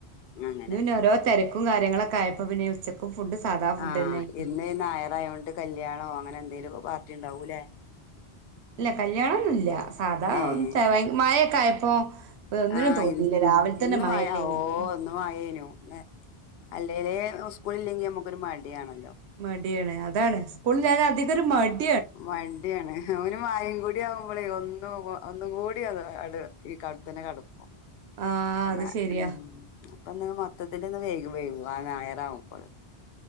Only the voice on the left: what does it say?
അങ്ങനെ
ആഹ്
ഇന്ന് നായറായോണ്ട് കല്യാണോ അങ്ങനെ എന്തേലും പാർട്ടി ഉണ്ടാവൂലേ
ഏഹ്
ആഹ്
ഇ
ഇന്ന്മയാവോ
ഓ ഒന്നും ആയേനു അല്ലേലേ സ്കൂളില്ലെങ്കി നമുക്കൊരു മടിയാണ്
വണ്ടിയാണ് അവന് മായം കൂടി ആവുമ്പോളേ ഒന്നും ഒന്നും കൂടി ടി അടെ ഈ കടത്തിണ്ണെ കെടക്കും
മ
ഉം അപ്പൊ മൊത്തത്തി ഒന്ന് വേഗ വൈകും ആ ഞായറാവുമ്പോള്